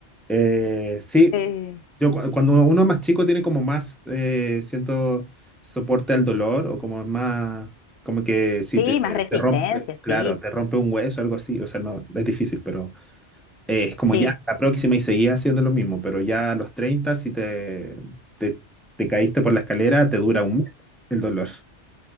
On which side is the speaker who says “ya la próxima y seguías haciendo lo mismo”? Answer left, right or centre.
Centre